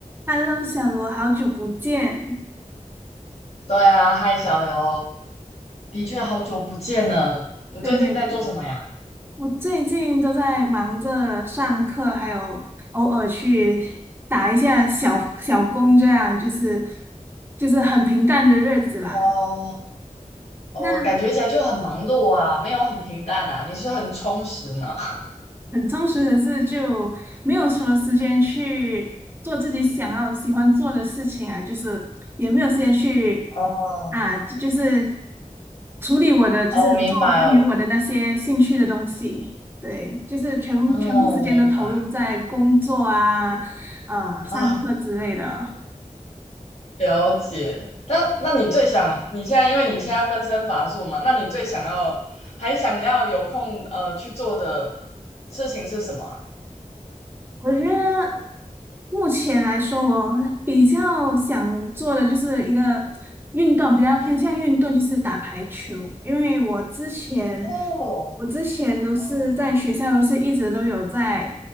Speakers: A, on the right (about 15°); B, on the left (about 50°).
A: Hello，小罗，好久不见。
B: 对啊，嗨，小刘，的确好久不见了。你最近在做什么呀？
A: 对对，我最近都在忙着上课，还有偶尔去打一下小小工，这样就是就是很平淡的日子啦。
B: 哦哦，
A: 那
B: 感觉起来就很忙碌啊，没有很平淡啊。你是很充实呢。
A: 很充实，可是就没有什么时间去做自己想要喜欢做的事情啊，就是也没有时间去
B: 哦
A: 啊，就是处理我的，就是做关于我的那些兴趣的东西。
B: 哦，我明白了。
A: 对，就是全全部时间都投入在工作啊、
B: 哦，我明白。嗯
A: 呃、上课之类的。
B: 啊，了解。那那你最想你现在，因为你现在分身乏术嘛，那你最想要还想要有空呃去做的事情是什么啊
A: 我觉得目前来说，我比较想做的就是一个运动，比较偏向运动，就是打排球。因为我之前，
B: 哦
A: 我之前都是在学校，
B: 哦，
A: 都是一直都有在